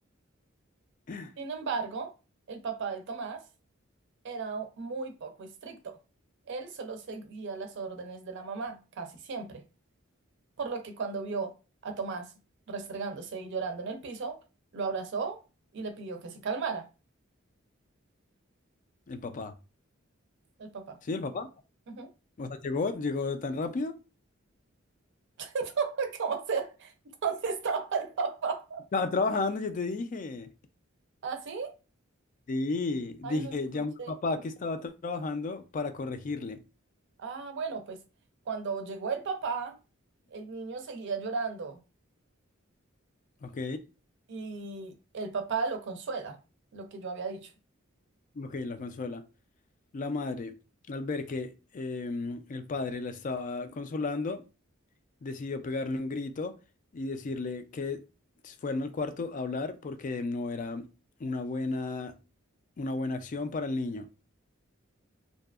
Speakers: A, on the left (about 40°); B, on the right (about 60°).
A: <laughs>
B: Sin embargo, el papá de Tomás era muy poco estricto. Él solo seguía las órdenes de la mamá, casi siempre, por lo que cuando vio a Tomás restregándose y llorando en el piso, lo abrazó y le pidió que se calmara.
A: El papá.
B: El papá.
A: Sí, el papá.
B: Ujú.
A: O sea, llegó, llegó tan rápido.
B: <laughs> ¿Cómo se? ¿Dónde estaba el papá?
A: Estaba trabajando, yo te dije.
B: ¿Ah, sí?
A: Sí,
B: Ay,
A: dije,
B: no escuché.
A: llamó al papá que estaba tra- trabajando para corregirle.
B: Ah, bueno, pues cuando llegó el papá, el niño seguía llorando
A: Ok,
B: y el papá lo consuela, lo que yo había dicho.
A: ok, la consuela. La madre, al ver que em, el padre la estaba consolando, decidió pegarle un grito y decirle que fueran al cuarto a hablar porque no era una buena, una buena acción para el niño.